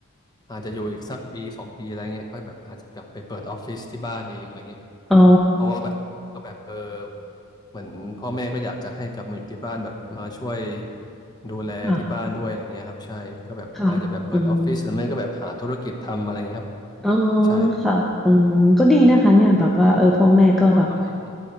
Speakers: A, on the left; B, in the centre.
A: อาจจะอยู่อีกสักปีสองปีอะไรเงี้ยก็แบบอาจจะกลับไปเปิดออฟฟิศที่บ้านเองอะไรเงี้ย
B: อ๋อ
A: เพราะว่าแบบก็แบบเออเหมือนพ่อแม่ก็อยากจะให้กลับมาอยู่ที่บ้านแบบมาช่วยดูแลที่บ้านด้วยอะไรเงี้ยครับใช่ก็แบบอาจจะแบบเปิดออฟฟิศหรือไม่ก็แบบหาธุรกิจทำอะไรเงี้ยครับ
B: ค่ะค่ะอืมอ๋อ
A: ใช่
B: ค่ะอืมก็ดีนะคะเนี่ยแบบว่าเออพ่อแม่ก็แบบ
A: ใช่ว่าจริงๆผม